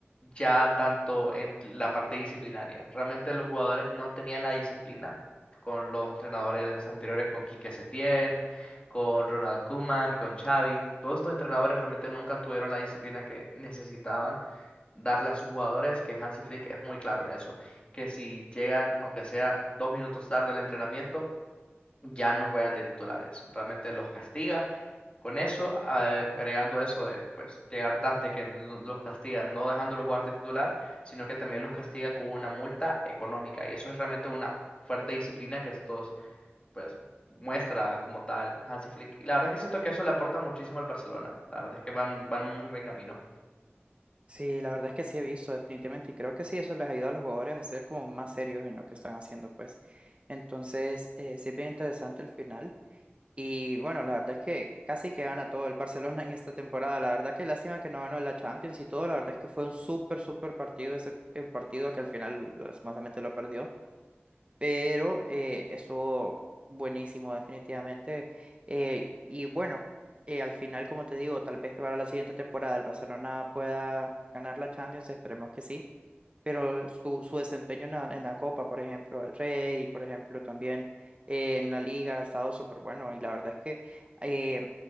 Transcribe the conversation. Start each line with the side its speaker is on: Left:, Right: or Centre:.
Left: ya tanto en la parte disciplinaria. Realmente los jugadores no tenían la disciplina con los entrenadores anteriores, con Quique Setién, con Ronald Koeman, con Xavi. Todos estos entrenadores realmente nunca tuvieron la disciplina que necesitaban darle a sus jugadores, que Hansi Flick es muy claro en eso, que si llegan, aunque sea dos minutos tarde al entrenamiento, ya no juegan de titulares. Realmente los castiga con eso, a- agregando eso de pues llegar tarde, que lo- los castiga no dejándolos jugar de titular, sino que también los castiga con una multa económica. Y eso es realmente una fuerte disciplina que estos pues muestra como tal Hansi Flick. Y la verdad es que siento que eso le aporta muchísimo al Barcelona. La verdad es que van, van un muy buen camino.
Right: Sí, la verdad es que sí he visto definitivamente y creo que sí, eso les ayuda a los jugadores a ser como más serios en lo que están haciendo, pues. Entonces, eh, sí es bien interesante el final. Y bueno, la verdad es que casi que gana todo el Barcelona en esta temporada. La verdad que lástima que no ganó la Champions y todo. La verdad es que fue un súper, súper partido ese el partido que al final lastimosamente lo perdió. Pero eh, estuvo buenísimo definitivamente. Eh, y bueno, eh, al final, como te digo, tal vez para la siguiente temporada el Barcelona pueda ganar la Champions. Esperemos que sí pero su, su desempeño en la, en la Copa, por ejemplo, del Rey, por ejemplo, también eh, en la Liga ha estado súper bueno. Y la verdad es que, eh,